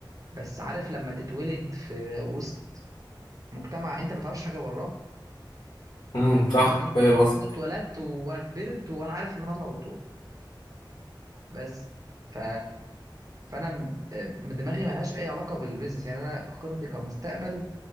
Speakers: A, on the right (about 45°); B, on the left (about 70°).
A: بس عارف لما تتولد في وسط مجتمع انت ما تعرفش حاجه وراه
B: امم صح
A: قصدي
B: فاهم قصدي
A: فانا اتولدت وكبرت وانا عارف ان انا اطلع دكتور بس ف فانا م- م- دماغي ما لهاش اي علاقه بالبيزنس يعني انا خططي كمستقبل